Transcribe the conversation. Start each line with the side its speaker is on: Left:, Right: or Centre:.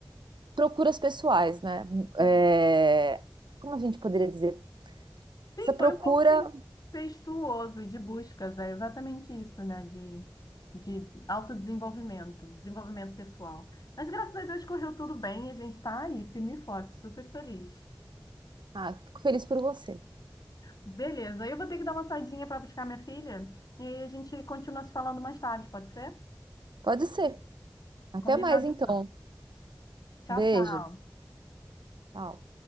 Right: procuras pessoais, né?
Left: Uhum.
Right: É, como a gente poderia dizer?
Left: Sim,
Right: Essa procura.
Left: foi um pouco tempestuoso e de buscas, é exatamente isso, né? De, de autodesenvolvimento, desenvolvimento pessoal. Mas graças a Deus correu tudo bem e a gente tá aí, firme e forte, super feliz.
Right: Ah, fico feliz por você.
Left: Beleza, eu vou ter que dar uma saidinha para buscar minha filha e aí a gente continua se falando mais tarde, pode ser?
Right: Pode ser. Até
Left: Combinado,
Right: mais, então.
Left: então. Tchau,
Right: Beijos.
Left: tchau.
Right: Tchau.